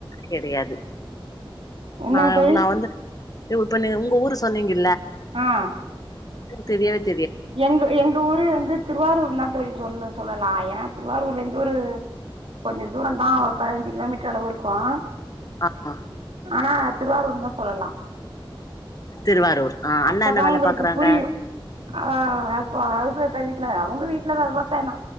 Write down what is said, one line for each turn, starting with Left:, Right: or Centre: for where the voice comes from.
Left: கெடயாது
Right: என்னங்க
Left: நான்
Right: தோழி
Left: நான் வந்து இப்ப உங்க ஊரு சொன்னிங்கல
Right: ஆ
Left: தெரியாது
Right: எங்க எங்க ஊரு வந்து திருவாரூர் தோழி சொல்ல சொல்லலாம் ஏன்னா திருவாரூர்ல இருந்து ஒரு கொஞ்சோம் தூரம் தான் ஒரு பதினஞ்சு கிலோமீட்டர் அளவு இருக்கும்
Left: ஆம்மா
Right: ஆனா திருவாரூர் தான் சொல்லலாம்
Left: திருவாரூர் ஆ
Right: அப்பதான்
Left: அண்ணா என்ன வேல
Right: உங்களுக்கு
Left: பாக்குறாங்க
Right: புரியும் ஆ ஹ ஹ வீட்ல அவங்க வீட்டுல தவசனா